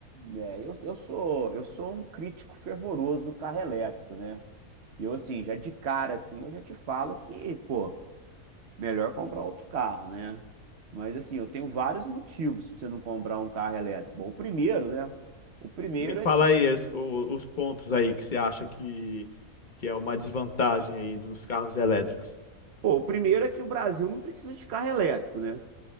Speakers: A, on the right; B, on the left.
A: É, eu, eu sou eu sou um crítico fervoroso do carro elétrico, né? E eu assim, já de cara assim, eu já te falo que, pô, melhor comprar outro carro, né? Mas assim, eu tenho vários motivos pra você não comprar um carro elétrico. Bom, o primeiro, né? O primeiro
B: Me fala
A: é que,
B: aí as- o- os pontos aí que você acha que, que é uma desvantagem aí dos carros elétricos.
A: pô, o primeiro é que o Brasil não precisa de carro elétrico, né?